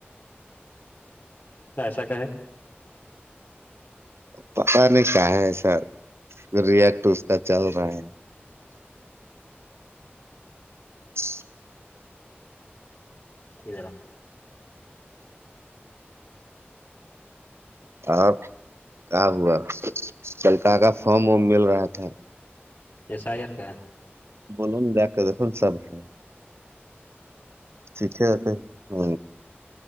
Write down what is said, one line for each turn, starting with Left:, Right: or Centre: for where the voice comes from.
Left: ایسا کا ہے
Right: پتا نہیں کیا ہے سر ریٹ اس کا چل رہا ہے ا
Left: ادھرا <inaudible>
Right: اور کیا ہوا چلک کا فارم وم مل رہا تھا
Left: یساہارکا
Right: بن د دیکھن سب ہے ٹھیک ہے کہ ہ